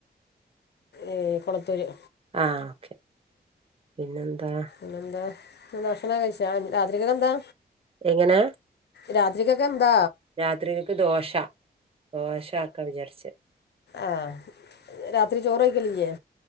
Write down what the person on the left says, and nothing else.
ഏഹ് കൊളത്തൂര്.
പിന്നെ ന്താ ഭക്ഷണം കഴിച്ചാ രാത്രികക്കെന്താ?
രാത്രിക്കക്കെന്താ?
ആഹ് രാത്രി ചോറഴിക്കലില്ല്യേ?